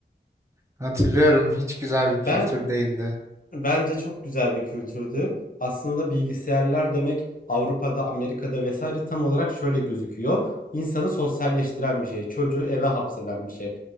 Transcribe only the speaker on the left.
Ben
Bence çok güzel bir kültürdü. Aslında bilgisayarlar demek Avrupa'da, Amerika'da vesaire tam olarak şöyle gözüküyor. İnsanı sosyalleştiren bir şey, çocuğu eve hapseden bir şey.